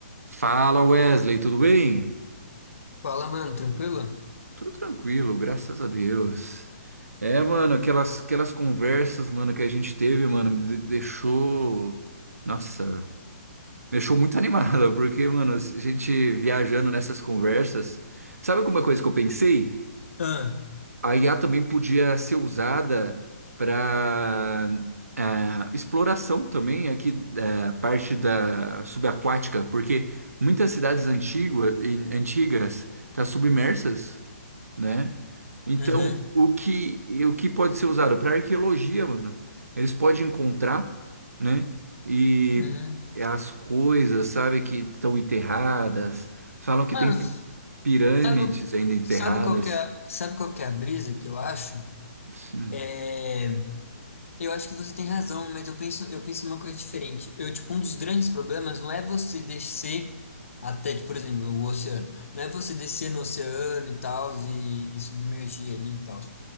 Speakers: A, on the right (about 75°); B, on the left (about 60°).
A: Fala Wesley, tudo bem?
B: Fala, mano, tranquilo?
A: Tudo tranquilo, graças a Deus. É, mano, aquelas, aquelas conversas, mano, que a gente teve, mano, me de- deixou. Nossa, me deixou muito animada, <laughs> porque, mano, a gente viajando nessas conversas. Sabe alguma coisa que eu pensei?
B: Ah,
A: a IA também podia ser usada para exploração também aqui da parte da subaquática, porque muitas cidades antigas antigas tá submersas, né? Então,
B: uhum,
A: o que o que pode ser usado para arqueologia, mano? Eles podem encontrar, né? E
B: uhum.
A: as coisas, sabe, que estão enterradas, falam que
B: Mano,
A: tem pi- pirâmides
B: sabe,
A: ainda enterradas.
B: sabe qual que é, sabe qual que é a brisa que eu acho?
A: Sim.
B: É, eu acho que você tem razão, mas eu penso, eu penso numa coisa diferente. Eu, tipo, um dos grandes problemas não é você descer até, tipo, por exemplo, o oceano. Não é você descer no oceano e tal, e, e submergir ali e tal.